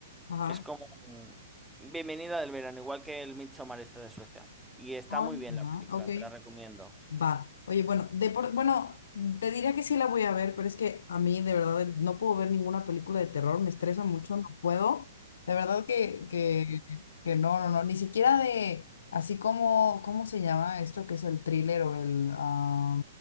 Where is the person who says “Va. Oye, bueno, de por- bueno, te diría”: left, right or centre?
Left